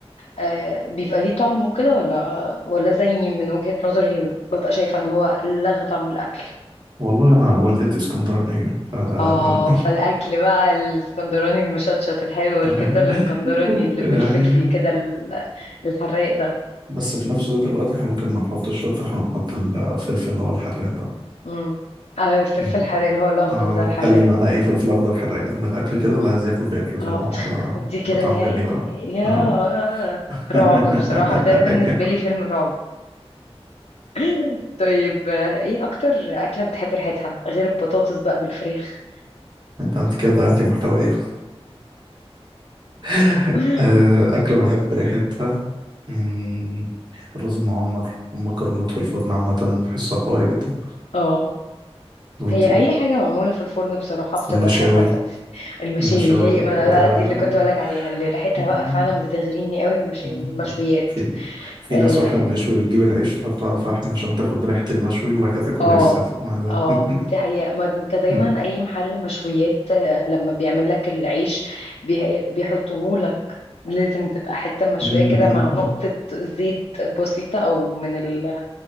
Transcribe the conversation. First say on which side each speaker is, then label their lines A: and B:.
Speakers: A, on the left; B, on the right.
A: آه، بيبقى ليه طعم وكده ولا ولا زي من وجهة نظري ببقى شايفة ان هو لغى طعم الاكل
B: والله أنا والدتي اسكندرانية ف
A: اه
B: <laughs>
A: فالاكل بقى الاسكندراني المشطشط الحلو والكبده
B: أيوه
A: الاسكندراني اللي بالفلفل
B: أيوه
A: كده ال- الحراق ده
B: بس في نفس ذات الوقت احنا ممكن ما نحطش الشطة احنا نحط الفلفل اللي هو الحراق ده
A: امم آه، الفلفل
B: مم.
A: الحراق اللي هو الاخضر
B: آه،
A: ده الحراق
B: خلي معانا ايه فلفل أخضر حراق جنب الأكل كده اللي عايز ياكل بياكله زي
A: اه
B: ما هو
A: تخ-
B: كده
A: دي كده
B: بطعمه
A: يا
B: جميل أوي
A: يا
B: اه
A: آه،
B: <laughs>
A: رعب بصراحة ده بالنسبة لي فيلم رعب <laughs> طيب آه، ايه اكتر اكلة بتحب ريحتها غير البطاطس بقى بالفراخ
B: ده انت كده ضيعتي محتوى إيه؟ <laughs>
A: <laughs>
B: آه، أكلة بحب ريحتها مم، الرز المعمر والمكرونات في الفرن عامة بحسها قوية جدا
A: اه
B: وانتي
A: هي اي حاجه معموله في الفرن بصراحه بتبقى
B: والمشاوي
A: ريحتها تحفه المشاوي
B: المشاوي
A: هي
B: برضو
A: ما انا
B: آه،
A: بقى دي اللي كنت اقولك عليها اللي ريحتها
B: مم،
A: بقى فعلا بتغريني قوي المشاوي
B: مم.
A: المشويات
B: في في
A: اه
B: ناس واحنا بنشوي بتجيب العيش تحطه على الفحم عشان تاخد ريحة المشوي وبعد كده تاكل
A: اه
B: العيش سادة
A: آه،
B: <laughs>
A: دي حقيقة ما انت دايما
B: مم،
A: اي محل مشويات آه، لما بيعمل لك العيش بي- بيحطهولك لازم تبقى حتة مشوية
B: مم،
A: كده مع نقطة زيت بسيطة او من ال...